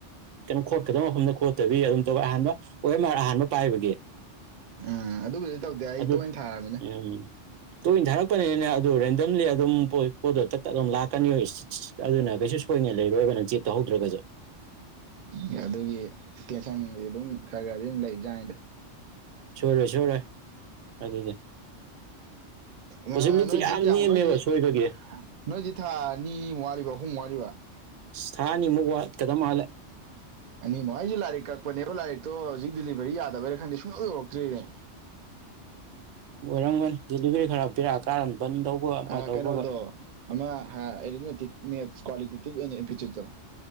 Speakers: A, on the right (about 80°); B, on the right (about 55°).
A: ꯀꯩꯅꯣ ꯈꯣꯠꯀꯗꯕ ꯃꯐꯝꯗ ꯈꯣꯠꯇꯕꯤ ꯑꯗꯨꯝ ꯇꯧꯕ ꯑꯍꯥꯟꯕ ꯑꯣꯏ ꯃꯥ ꯑꯍꯥꯟꯕ ꯄꯥꯏꯕꯒꯤ
B: ꯎꯝ ꯑꯗꯨꯕꯨꯗꯤ ꯇꯧꯗꯦ ꯑꯩ
A: ꯑꯗꯨ
B: ꯇꯣꯏꯅ ꯊꯥꯔꯕꯅꯤꯅ
A: ꯎꯝ ꯇꯣꯏꯅ ꯊꯥꯔꯛꯄꯅꯤꯅꯦ ꯑꯗꯨ ꯔꯦꯟꯗꯝꯂꯤ ꯑꯗꯨꯝ ꯄ ꯄꯣꯠꯇꯣꯇꯛꯇ ꯑꯗꯨꯝ ꯂꯥꯛꯀꯅꯤ ꯁꯤꯁꯤ ꯑꯗꯨꯅ ꯀꯩꯁꯨ ꯁꯣꯏꯅ ꯂꯩꯔꯣꯏꯕ ꯅꯪ ꯆꯦꯛ ꯇꯧꯍꯧꯗ꯭ꯔꯒꯁꯨ
B: ꯎ ꯑꯗꯨꯒꯤ ꯇꯦꯟꯁꯟꯗꯤ <unintelligible> ꯑꯗꯨꯝ ꯈꯔ ꯈꯔꯗꯤ ꯑꯗꯨꯝ ꯂꯩꯕꯖꯥꯠꯅꯤꯗ
A: ꯁꯣꯏꯔꯣꯏ ꯁꯣꯏꯔꯣꯏ ꯑꯗꯨꯗꯤ
B: ꯑ,
A: ꯄꯣꯖꯤꯕꯤꯂꯤꯇꯤ
B: ꯅꯣꯏꯗꯤ
A: ꯌꯥꯝ
B: ꯀꯌꯥꯃꯨꯛ
A: ꯅꯦꯝꯃꯦꯕ
B: ꯅꯣꯏꯗꯤ
A: ꯁꯣꯏꯕꯒꯤ
B: ꯅꯣꯏꯗꯤ ꯊꯥ ꯅꯤꯃꯨꯛ ꯋꯥꯠꯂꯤꯕ ꯑꯍꯨꯝ ꯋꯥꯠꯂꯤꯕ
A: ꯊꯥꯅꯤꯃꯨꯛ ꯋꯥꯠꯀꯗ ꯃꯥꯜꯂꯦ
B: ꯑꯅꯤ ꯃꯣ ꯑꯩꯖꯨ ꯂꯥꯏꯔꯤꯛ ꯀꯛꯄꯅꯦꯕ ꯂꯥꯏꯔꯤꯛꯇꯣ ꯍꯧꯖꯤꯛ ꯗꯤꯂꯤꯚꯔꯤ ꯌꯥꯗꯕꯩꯔ ꯈꯪꯗꯦ ꯁꯨꯡꯌꯧ ꯌꯧꯔꯛꯇ꯭ꯔꯦꯅꯦ <inaudible>
A: <unintelligible> <unintelligible> ꯈꯔ ꯕꯦꯔꯥ ꯀꯥꯔꯅꯤ ꯕꯟ ꯇꯧꯕꯒ ꯑꯃ
B: ꯑ
A: ꯇꯧꯕꯒ
B: ꯀꯩꯅꯣꯗꯣ ꯑꯃ ꯑꯦꯔꯤꯠꯃꯦꯇꯤꯛ ꯃꯦꯠꯁ ꯀ꯭ꯋꯥꯂꯤꯇꯦꯇꯤꯞ <unintelligible> ꯑꯦꯝꯄ꯭ꯂꯤꯆꯨꯠꯇꯣ